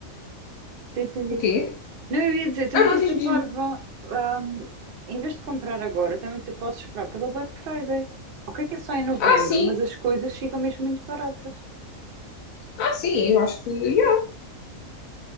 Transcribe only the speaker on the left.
O quê?
Ah, não,
diz-me,
diz-me.
Ah, sim,
ah, sim, eu acho que yeah,